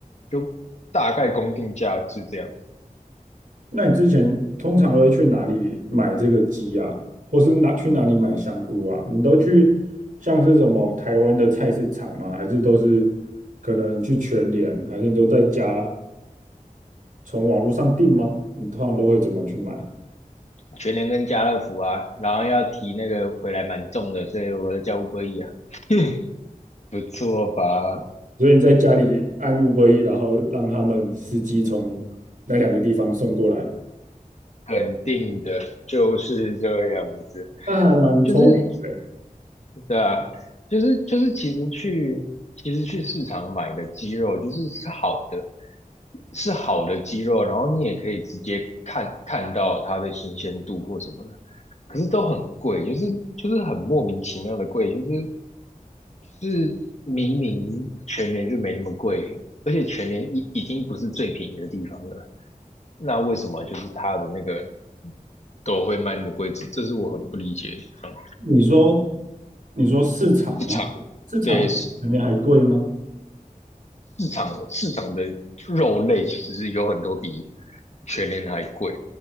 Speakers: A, on the left; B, on the right.
A: 就大概公定价是这样。
B: 那你之前通常都会去哪里买这个鸡啊，或是哪去哪里买香菇啊？你都去像是什么台湾的菜市场吗？还是都是可能去全联，还是你都在家从网络上订吗？你通常都会怎么去买？
A: 全联跟家乐福啊，然后要提那个回来蛮重的，所以我就叫 u b e 啊，<laughs> 不错吧？
B: 所以你在家里按 Uber E，然后让他们司机从那两个地方送过来，
A: 肯定的，就是这样子。
B: 那还蛮聪明的欸
A: 就是对啊，就是就是，其实去其实去市场买的鸡肉就是是好的，是好的鸡肉，然后你也可以直接看看到它的新鲜度或什么的，可是都很贵，就是就是很莫名其妙的贵，就是就是明明全年就没那么贵，而且全年已已经不是最便宜的地方了，那为什么就是它的那个都会卖那么贵？这这是我很不理解的地方。
B: 你说，你说市场吗？
A: 市场
B: 市场会比全联还贵吗？
A: 对，市市场市场的肉类其实有很多比全年还贵。